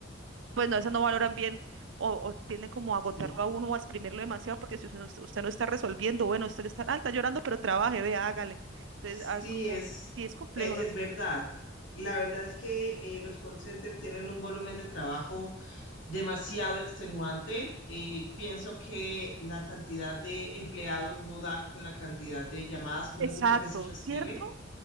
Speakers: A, on the right; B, on the left.
A: pues, no, a veces no valoran bien. O, o tienden como a agotarlo
B: Sí,
A: a uno o a exprimirlo demasiado porque si usted no, usted no está resolviendo, bueno, usted está, ah, está llorando, pero trabaje, vea, hágale. Entonces,
B: sí,
A: ah, como,
B: es,
A: sí es complejo,
B: e- es,
A: ¿no?
B: verdad. La verdad es que eh, los call centers tienen un volumen de trabajo demasiado extenuante. Eh, pienso que la cantidad de empleados no da con la cantidad de llamadas que
A: Exacto,
B: uno muchas veces recibe.
A: ¿cierto?